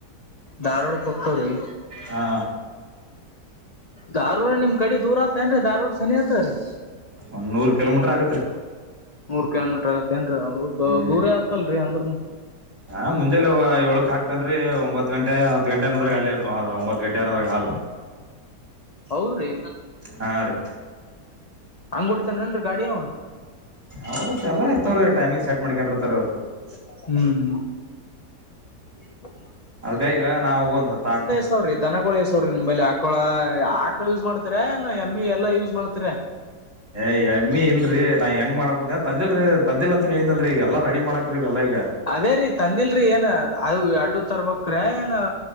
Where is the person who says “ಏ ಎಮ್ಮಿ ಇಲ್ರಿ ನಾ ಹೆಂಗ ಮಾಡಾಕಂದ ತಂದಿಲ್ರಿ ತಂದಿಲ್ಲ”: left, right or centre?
Right